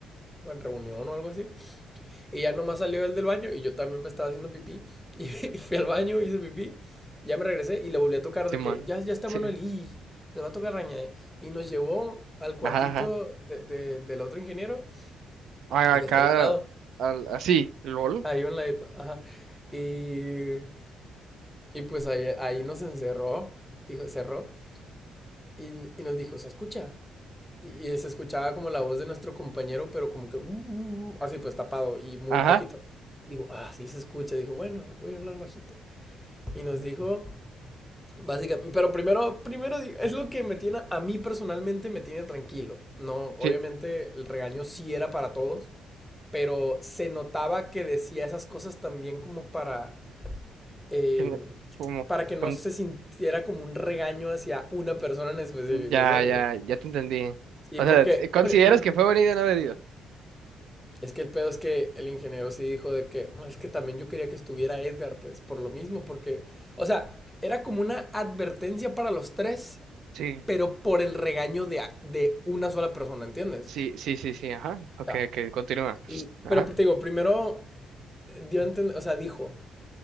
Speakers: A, in the centre; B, on the right (about 75°).
A: en reunión o algo así. Y ya nomás salió él del baño y yo también me estaba haciendo pipí. <laughs> Y fui al baño, hice pipí, ya me regresé y le volví a tocar
B: Simón.
A: de que ya, ya está
B: Sí.
A: Manuel y le va a tocar raña. eh". Y nos llevó al cuartito
B: Ajá, ajá.
A: de- de- del otro ingeniero,
B: Ah,
A: al
B: Acá,
A: que está ahí al lado.
B: al, así, LOL.
A: Ahí a un ladito, ajá. Y, y pues ahí, ahí nos encerró, dijo, cerró, y, y nos dijo, ¿se escucha? Y, y se escuchaba como la voz de nuestro compañero, pero como que, "Uh", uh, uh, así pues tapado y muy
B: Ajá,
A: bajito. Digo, ah, sí se escucha. Dijo, bueno, voy a hablar bajito. Y nos dijo, básicamente, pero primero, primero, di- es lo que me tiene, a mí personalmente me tiene tranquilo. No, obviamente
B: sí.
A: el regaño sí era para todos, pero se notaba que decía esas cosas también como para eh,
B: en- Como,
A: para que no
B: con-
A: se sintiera como un regaño hacia una persona en específico,
B: ya,
A: ¿sabes?
B: ya, ya te entendí.
A: Y
B: O
A: porque
B: sea, te- ¿consideras
A: pre- mm,
B: que fue venido o no haber ido?
A: es que el pedo es que el ingeniero sí dijo de que "No, es que también yo quería que estuviera Edgar, pues por lo mismo, porque, o sea, era como una advertencia para los tres,
B: Sí,
A: pero por el regaño de, a- de una sola persona, ¿entiendes?
B: sí, sí, sí, sí, ajá. Ok,
A: Ya.
B: ok, continúa.
A: Y,
B: Ajá,
A: pero te digo, primero eh, dio a entender, o sea, dijo,